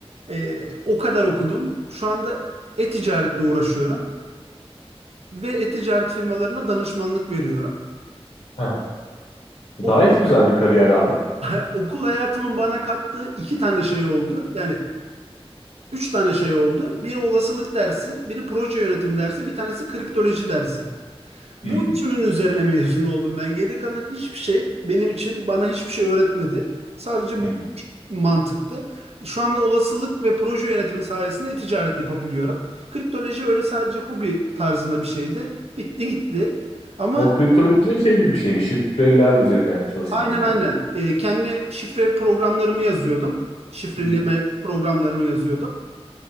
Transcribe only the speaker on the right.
e, o kadar okudum. Şu anda e-ticaretle uğraşıyorum ve e-ticaret firmalarına danışmanlık veriyorum.
Okul,
<laughs> okul hayatımın bana kattığı iki tane şey oldu. Yani üç tane şey oldu. Biri olasılık dersi, biri proje yönetimi dersi, bir tanesi kriptoloji dersi. Bu
üçünün üzerine mezun oldum ben. Geri kalan hiçbir şey benim için bana hiçbir şey öğretmedi. Sadece
bu üç mantıktı. Şu anda olasılık ve proje yönetimi sayesinde ticaret yapabiliyorum. Kriptoloji öyle sadece hobi tarzında bir şeydi. Bitti gitti. Ama
aynen
aynen.
Ee, kendi şifre programlarımı yazıyordum. Şifreleme
programlarımı yazıyordum.